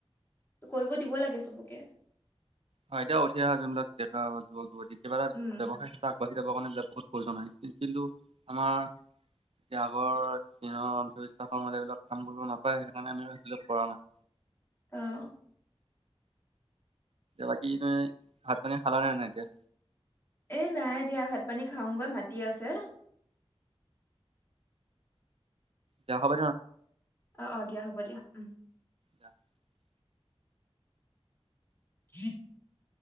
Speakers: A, on the left (about 20°); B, on the right (about 65°).
A: কৰিব দিবই লাগে চবকে
B: হয় এতিয়া উঠি আহা যোন বিলাক দেকা যুৱক যুৱতীৰ কিব এটা
A: উম
B: ব্যৱসায়িেত আগা়ি যাব কাৰণ বো বহুত প্ৰজনাই কিন্তু আমাৰ এতিয়া আগৰ দিনৰ অন্ধবিশ্বাসৰ মাজ এইবিলাক কাম কৰিব নাপায় সেইকাৰণে আমি আহিল কৰা নাই
A: অঁ
B: বাকি তুমি ভাত পানী খালা নাই এতিয়া
A: এ নাই দিয়া ভাত পানী খাওগৈ মাতি আছে
B: দেখাব
A: অঁ অঁ দিয়া হ'ব দিয়া উম
B: দা <inaudible>
A: <unintelligible>